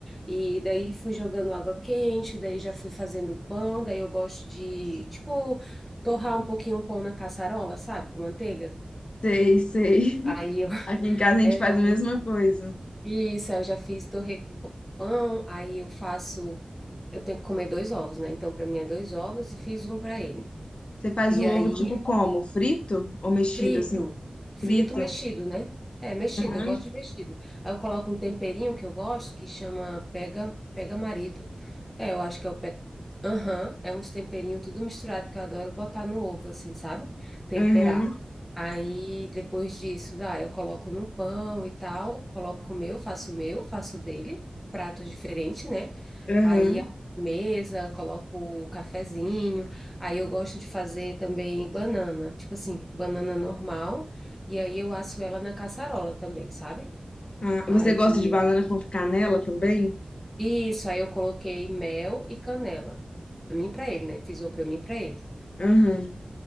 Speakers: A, in the centre; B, on the left (about 55°).
A: E daí fui jogando água quente, daí já fui fazendo pão, daí eu gosto de, tipo, torrar um pouquinho o pão na caçarola, sabe? Com manteiga.
B: sei, sei. <laughs>
A: Aí eu, <laughs>
B: Aqui em casa a gente
A: aí eu
B: faz
A: já
B: a
A: fiz
B: mesma coisa.
A: isso, aí eu já fiz torresmo com pão, aí eu faço, eu tenho que comer dois ovos, né? Então, para mim é dois ovos e fiz um para ele.
B: Você faz
A: E
B: o
A: aí
B: ovo tipo como? Frito ou mexido,
A: Frito.
B: assim?
A: Frito
B: Frito?
A: mexido, né? É, mexido,
B: Aham,
A: eu gosto de mexido. Aí eu coloco um temperinho que eu gosto, que chama pega, pega marido. É, eu acho que é o pega. Aham, é uns temperinhos tudo misturado que eu adoro botar no ovo, assim, sabe? Temperar.
B: aham.
A: Aí depois disso, dá, eu coloco no pão e tal, coloco o meu, faço o meu, faço o dele, pratos diferentes, né?
B: aham.
A: Aí a mesa, coloco o cafezinho. Aí eu gosto de fazer também banana, tipo assim, banana normal, e aí eu asso ela na caçarola também, sabe?
B: Ah,
A: Aí,
B: você gosta de
A: eu-
B: banana com canela também?
A: isso, aí eu coloquei mel e canela. Pra mim e pra ele, né? Fiz uma pra mim e pra ele.
B: Aham.